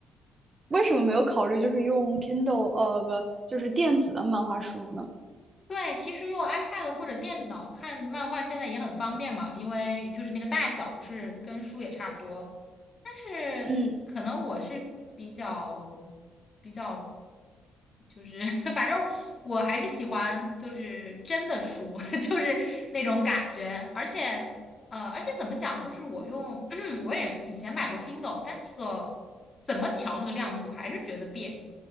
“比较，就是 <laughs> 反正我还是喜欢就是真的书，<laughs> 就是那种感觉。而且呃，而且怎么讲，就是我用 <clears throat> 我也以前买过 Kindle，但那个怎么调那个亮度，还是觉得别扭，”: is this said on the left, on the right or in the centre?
Left